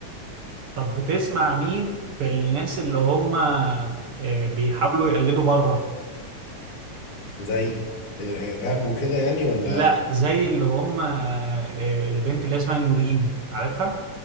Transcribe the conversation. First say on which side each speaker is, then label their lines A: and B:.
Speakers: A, on the right; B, on the left.
A: طب بتسمع مين في الناس اللي هم آه، بيحاولوا يقلدوا بره
B: زي آه، راب وكده يعني ولا
A: لا زي اللي هم آه، البنت اللي هي اسمها نورين عارفها